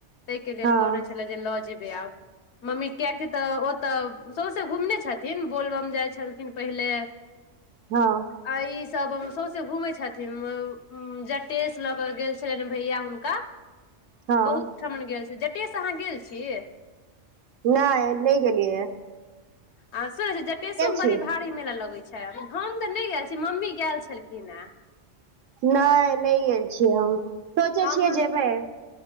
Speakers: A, on the left; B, on the right.
A: ताहिके लेल
B: हँ
A: कहने छलै जे लऽ जेबै आब मम्मी किएकि तऽ ओतय सौँसे घुमने छथिन बोलबम जाइत छलखिन पहिले <inaudible>
B: हँ
A: आ ईसभ सौंसे घूमै छथिन अम्म जटेश लऽ कऽ गेल छलनि भैया हुनका
B: हँ
A: बहुत ठमन गेल छै जटेसँ अहाँ गेल छी
B: नहि नहि गेलियै ये
A: आ सुनै छी जटेशो मे
B: छी
A: बड़ी भारी मेला लगै छै हम तऽ नहि गेल छी मम्मी गेल छलखिन हेँ
B: नहि नहि गेल छियै हम सोचै
A: हमर
B: छियै जेबै